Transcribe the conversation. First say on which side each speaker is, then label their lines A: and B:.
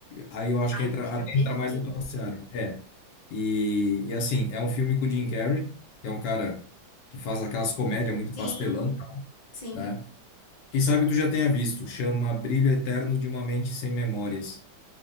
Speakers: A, on the left; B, on the left.
A: aí eu acho
B: Aí
A: que entra,
B: fica
A: adentra
B: perfeito.
A: mais na tua seara. É. E, e assim, é um filme com o Jim Carrey, que é um cara que faz aquelas comédias muito
B: Sim,
A: pastelão,
B: sim.
A: né? Quem sabe tu já tenha visto, chama Brilho Eterno de uma Mente Sem Memórias.